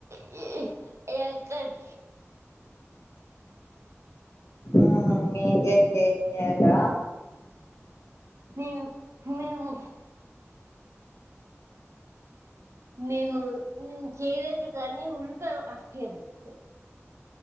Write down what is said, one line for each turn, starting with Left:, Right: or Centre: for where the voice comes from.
Right: జేసి ఎగ్ కర్రి
Left: ఆ మీదే చేశారా
Right: నేను మేము నేను నేన్ చేయలేదు కానీ ఉల్లిపాయలు కట్ చేశా